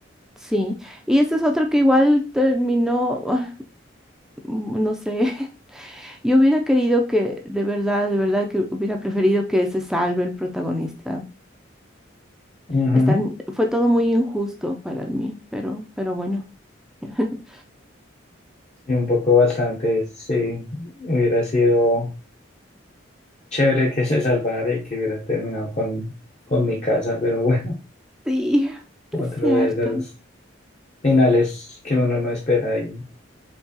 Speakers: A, in the centre; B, on the left (about 35°).
A: Sí, y esa es otra que igual terminó, ah, mm, no sé, <laughs> yo hubiera querido que, de verdad, de verdad que hubiera preferido que se salve el protagonista.
B: Ujú.
A: Están, fue todo muy injusto para mí, pero, pero bueno. <laughs>
B: Sí, un poco bastante, sí. Hubiera sido chévere que se salvara y que hubiera terminado con, con mi casa, pero bueno,
A: Sí,
B: otro
A: es cierto.
B: de esos finales que uno no espera y,